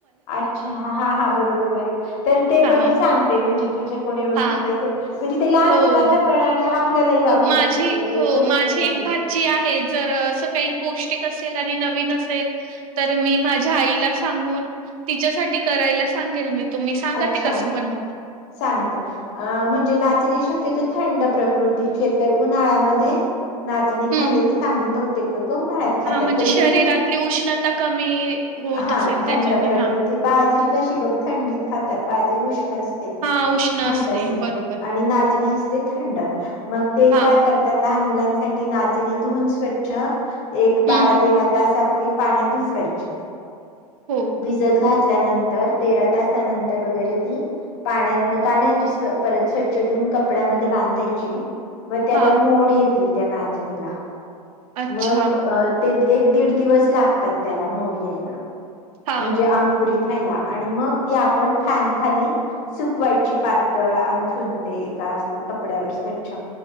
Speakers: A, on the left (about 50°); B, on the right (about 60°).
A: अच्छा. हा हा. बरोबर बरोबर तर ते
B: हां,
A: पण मी सांगते म्हणजे- तुझ्या कोणी ओळखीत
B: हां.
A: असेल. म्हणजे ते लहान
B: हो.
A: मुलांना पण आणि- आपल्यालाही वापरू
B: माझी
A: शकतो ते
B: हो
A: पौष्टिकच
B: माझी एक
A: आहे
B: भाची आहे जर काही पौस्टीक असेल आणि- तर मी माझ्या आईला सांगून तिच्यासाठी करायला सांगेल मी. तुम्ही सांगा
A: अच्छा
B: ते कसं बनवता?
A: सांगते. अ म्हणजे नाचणी शक्य त थंड प्रकृतीचिये तर उन्हाळ्यामध्ये- नाचणी
B: हम्म
A: खाल्लेली चांगली. बहुतेक लोक- उन्हाळ्यात खातात
B: हा म्हणजे
A: पण
B: शरीरातली
A: जिथे,
B: उष्णता कमी होत
A: हा.
B: असेल त्याच्याने
A: थंड प्रकृती
B: हा
A: बा- बाजरी कशी बघ थंडीत खातात. बाजरी उष्ण असते.
B: हा उष्ण
A: माहित
B: असते.
A: असेल
B: बरोबर.
A: आणि नाचणी असते थंड. मग ते
B: हा
A: काय करतात लहान मुलांसाठी ना - चणी धूवून स्वच्छ, एक
B: हम्म
A: बारा तेरा तास आपली पाण्यात भिजवायची.
B: हो
A: भिजत घातल्यानंतर तेरा तासानंतर वगैरे ती- पाण्यातन काढायची. परत स्वच्छ धुवून कपड्यामध्ये बांधायची- मग त्याला
B: हा
A: मोड येतील त्या नाचणीला.
B: अच्छा
A: मग अ- ते एक दीड दिवस लागतात त्याला मोड यायला.
B: हा
A: म्हणजे अंकुरीत - व्हायला आणि मग ती आपण फॅन खाली सुकवायची पातळ अंथरून ते - कपड्यावर स्वच्छ.